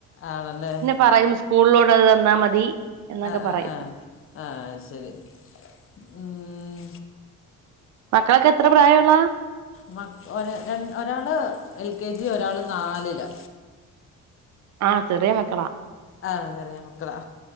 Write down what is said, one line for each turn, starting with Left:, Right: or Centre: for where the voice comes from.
Left: ആണല്ലേ.
Right: പറയും സ്കൂളിലോട് അത് തന്നാ മതി. എന്നൊക്കെ
Left: ആഹ്
Right: പറയും
Left: ആഹ് ആ ആഹ് ശരി ഉം.
Right: മക്കളൊക്കെ എത്ര പ്രായുള്ള?
Left: മ ഒ ര ഒരാള് എൽ കെ ജി ഒരാള് നാലില്.
Right: ആഹ് ചെറിയ മക്കളാ.
Left: ആഹ് ചെറിയ മക്കളാ.